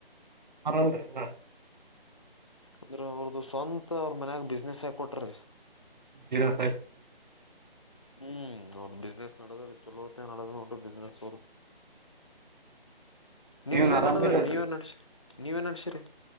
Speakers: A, on the right; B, on the left.
A: ನ ಮರ ಇಲ್ಲ.
B: ಅಂದ್ರೆ ಅವ್ರದು ಸ್ವಂತ ಅವ್ರ ಮನ್ಯಾಗ ಬಿಸ್ನೆಸ್ ಹಕ ಕೊಟ್ರ.
A: ವಿಜಯ ದಾಸಹ ಕೊಡ್ಟ್ಟಾರೆ.
B: ಹ್ಮ್ ನ ಬಿಸ್ನೆಸ್ ನಡದ್ರ ಚಲೋತ್ತ ನಡದ ನೋ ಬಿಸ್ನೆಸ್
A: ನೀವನ್
B: ನಿಮ್ದೇನ್
A: ಆರಾಮಿರಲ್ರಿ
B: ನಡದ್ರೀ ನೀವೇನ್ ನಡ್ಸಿ ನೀವೇನ್ ನಡ್ಸಿರಿ.